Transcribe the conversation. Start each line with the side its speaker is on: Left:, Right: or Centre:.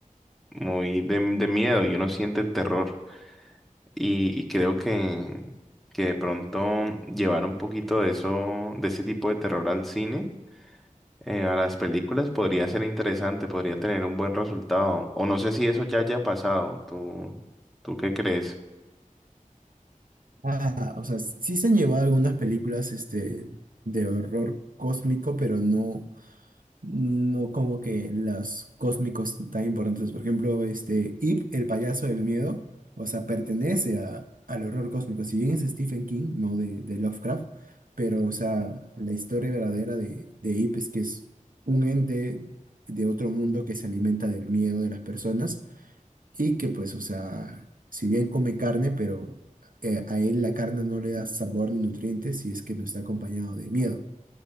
Centre: muy de, de miedo y uno siente el terror. Y, y creo que, que de pronto llevar un poquito de eso, de ese tipo de terror al cine, eh, a las películas, podría ser interesante, podría tener un buen resultado. O no sé si eso ya haya pasado. ¿Tú, tú qué crees?
Right: Ah, o sea, sí se han llevado algunas películas este, de horror cósmico, pero no. no como que los cósmicos tan importantes. Por ejemplo, este Ip, el payaso del miedo, o sea, pertenece a, al horror cósmico. Si bien es Stephen King, no de, de Lovecraft, pero, o sea, la historia verdadera de, de Ip es que es un ente de otro mundo que se alimenta del miedo de las personas y que, pues, o sea, si bien come carne, pero eh, a él la carne no le da sabor ni nutrientes si es que no está acompañado de miedo.